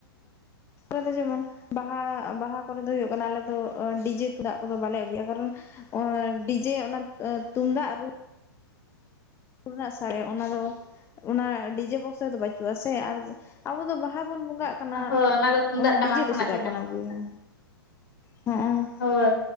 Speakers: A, on the left; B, on the left.
A: ᱟ ᱫᱚ ᱡᱮᱢᱚᱱ ᱵᱟᱦᱟ ᱵᱟᱦᱟ ᱠᱚᱨᱮ ᱫᱚ ᱦᱩᱭᱩᱜ ᱠᱟᱱᱟ ᱟᱞᱮ ᱫᱚ ᱰᱤᱡᱮ ᱠᱚ ᱫᱟᱜ ᱠᱚᱫᱚ ᱵᱟᱞᱮ ᱟᱹᱜᱩᱭᱟ ᱠᱟᱨᱚᱱ ᱰᱤᱡᱮ ᱚᱱᱟ ᱛᱩᱢᱫᱟᱜ ᱨᱩ ᱨᱮᱱᱟᱜ ᱥᱟᱲᱮ ᱚᱱᱟ ᱫᱚ ᱚᱱᱟ ᱰᱤᱡᱮ ᱵᱚᱠᱥ ᱨᱮᱫᱚ ᱵᱟᱹᱪᱩᱜ ᱟ ᱥᱮ ᱟᱨ ᱟᱵᱚ ᱫᱚ ᱵᱟᱦᱟ ᱵᱚᱱ ᱵᱚᱸᱜᱟᱜ ᱠᱟᱱᱟ
B: ᱦᱳᱭ ᱫᱚ ᱛᱩᱢᱫᱟᱜ
A: ᱚᱱᱟ
B: ᱴᱟᱢᱟᱠ
A: ᱰᱤᱡᱮ
B: ᱠᱷᱚᱱᱟᱜ
A: ᱫᱚ ᱪᱮᱫᱟᱜ
B: ᱜᱮ ᱧᱟᱢᱚᱜᱼᱟ
A: ᱵᱚᱱ ᱟᱹᱜᱩᱭᱟ ᱦᱚᱸᱜᱼᱚ
B: ᱦᱳᱭ